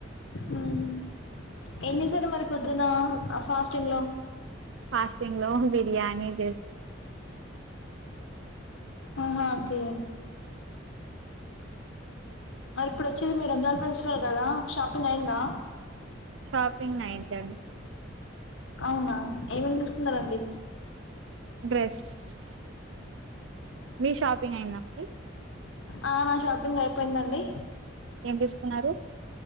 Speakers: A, on the left; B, on the right.
A: మ్మ్. ఏం చేశార్ మరి పొద్దునా అ ఫాస్టింగ్ లో.
B: ఫస్టింగ్ లో బిర్యానీ చేస్.
A: అవునా ఓకే. మరిప్పుడు ఒచ్చేది మీ రంజాన్ ఫెస్టివల్ కదా షాపింగ్ అయ్యిందా.
B: షాపింగ్ అయిందండి.
A: ఔనా ఏమేమి తీస్కున్నరండి.
B: డ్రెస్స్స్స్ మీ షాపింగ్ అయింద మరి.
A: ఆహ్ నా షాపింగ్ అయిపోయిందండి.
B: ఏం తీస్కున్నరు.